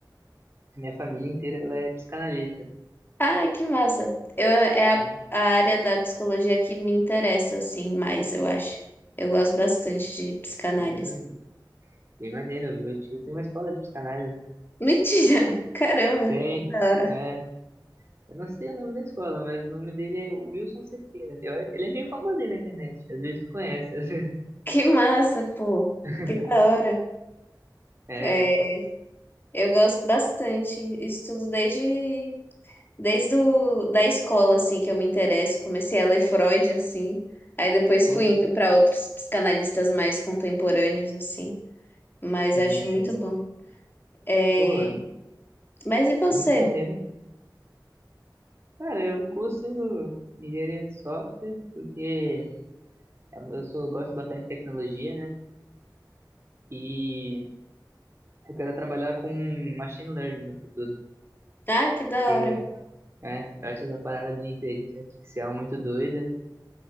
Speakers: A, on the right; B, on the left.
A: minha família inteira, ela é psicanalista,
B: Ah, que massa. Eu, é a,
A: né?
B: a área da psicologia que me interessa, assim, mais, eu acho. Eu gosto bastante de psicanálise.
A: Hum, bem maneiro. Meu tio tem uma escola de psicanálise.
B: Mentira! <laughs> Caramba,
A: Tem,
B: que da hora.
A: né? Eu não sei o nome da escola, mas o nome dele é Wilson Cerqueira. Eu- ele é meio famosinho na internet. Às vezes tu conhece. às vezes-
B: Que massa, pô.
A: <laughs>
B: Que da hora.
A: É,
B: É, eu gosto bastante. Estudo desde, desde o, da escola, assim, que eu me interesso. Comecei a ler Freud, assim. Aí depois
A: pô,
B: fui indo para outros psicanalistas mais contemporâneos, assim. Mas
A: sim,
B: eu acho muito
A: sim.
B: bom. É,
A: Pô, é
B: mas e você?
A: muito maneiro. Cara, eu curso engenharia de software porque é, eu sou, gosto bastante de tecnologia, né? E eu quero trabalhar com machine learning no futuro.
B: Ah, que da
A: Porque,
B: hora.
A: é, eu acho essa parada de inteligência artificial muito doida